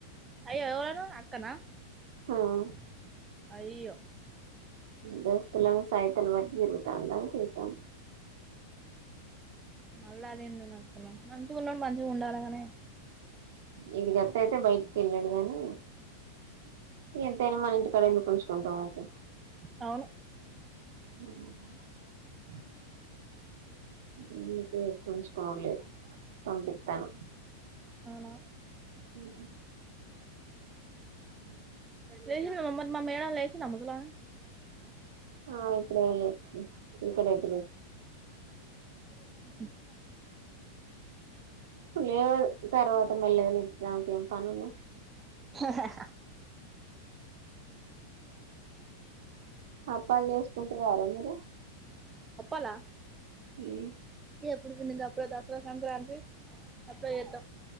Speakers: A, on the right; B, on the right.
A: అయ్యో ఎవరూ అక్కనా
B: ఉమ్
A: అయ్యో
B: దోస్తులం సైతలు వట్టి తిరుగుతాంద అని తిడతాంది <inaudible>
A: మళ్ళ అదేందోనచ్చుకున్నాం నంచుకున్నప్పుడు మంచిగా ఉండాలగానే
B: ఇడి గత్తే అయితే బయటికి వెళ్ళాడు గాని ఎంతైనా మన ఇంటి కాడ ఎందుకు ఉంచుకుంటాం ఊరకే
A: అవును
B: ఉమ్ ఇ ఇదే కొంచెం కోలేదు పంపిస్తాను
A: అవునా
B: ఉమ్
A: లేసిన మరి మా మే లేేసిన ముందట
B: ఆ ఇప్పుడే లేచింది ఇక్కడ అతు
A: <inaudible>
B: లేదు తర్వాత మెల్లగా లేతుంది ఆమెకేమి పనుంది
A: హాహా
B: అప్పాలు చేసుకుంటార మీరు
A: అప్పాలా
B: హ్మ్
A: ఇ ఎప్పుడు పిండి అప్పుడు దసరా సంక్రాంతికి అప్పుడు ఏత్తం